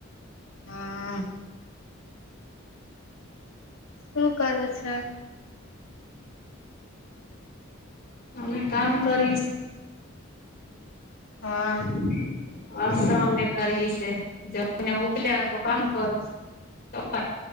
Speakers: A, on the left; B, on the left.
A: હા શું કરો છો.
B: અમે કામ કરીશ.
A: હા
B: હમ <inaudible> અસ અમને કરી છે જને ઉપલ્યા તો
A: અમ
B: કામ કરું છ સફાઈ.